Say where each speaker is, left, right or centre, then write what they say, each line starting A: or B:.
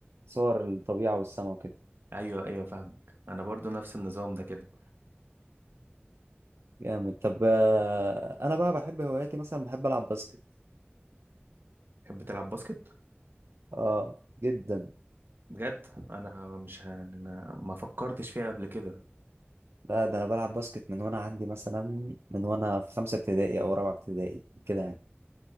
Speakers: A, on the right; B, on the right.
A: صور الطبيعه والسما وكده
B: ايوه ايوه فاهمك انا برضه نفس النظام ده كده
A: جامد طب آه، انا بقى بحب هواياتي مثلا بحب العب باسكت
B: تحب تلعب باسكت
A: اه جدا
B: بجد انا مش ه... انا ما فكرتش فيها قبل كده
A: لا ده انا بلعب باسكت من وانا عندي مثلا من وانا في خمسه ابتدائي او رابعه ابتدائي كده يعني